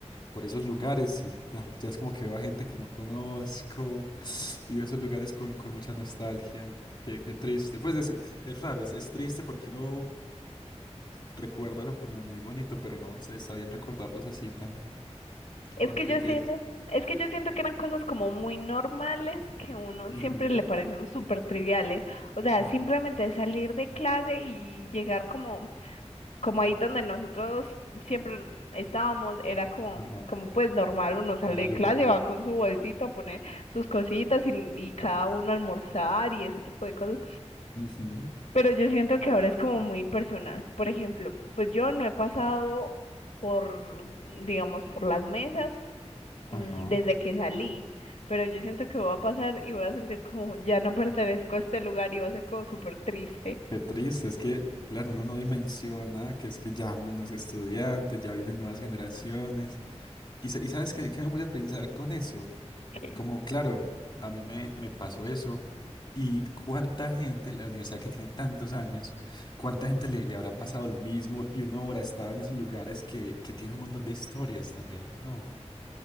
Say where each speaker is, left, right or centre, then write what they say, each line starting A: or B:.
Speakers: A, on the left; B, on the left.
A: por esos lugares y ya, ya es como que veo a gente que no conozco <gasps> y veo esos lugares con, con mucha nostalgia. Qué, qué triste. Pues es, es raro, es, es triste porque uno recuerda eso como muy bonito, pero no, es- está bien recordarlos así también.
B: Es
A: ¿O
B: que
A: qué
B: yo
A: piensas?
B: siento, es que yo siento que eran cosas como muy normales que a uno
A: Ujú,
B: siempre le parecieron súper triviales. O sea,
A: ujú,
B: simplemente salir de clase y llegar como, como ahí donde nosotros siempre estábamos, era como,
A: Ajá.
B: como pues normal, uno sale
A: Era
B: de
A: lo
B: clase,
A: que te
B: va
A: digo.
B: con su bolsito a poner sus cositas y, y cada uno a almorzar y ese tipo de cosas.
A: Ujú,
B: Pero yo siento que ahora es como muy impersonal. Por ejemplo, pues yo no he pasado por, digamos, por las mesas mm,
A: Ajá.
B: desde que salí, pero yo siento que voy a pasar y voy a sentir como ya no pertenezco a este lugar y va a ser como súper triste.
A: Qué triste, es que, claro, uno no dimensiona que es que ya uno no es estudiante, ya vienen nuevas generaciones. Y, sa- y sabes qué, qué me voy a pensar con eso.
B: Ok.
A: Como, claro, a mí me, me pasó eso. Y cuánta gente, la universidad que tiene tantos años, cuánta gente le, le habrá pasado lo mismo y uno habrá estado en esos lugares que, que tiene un montón de historias también, ¿no?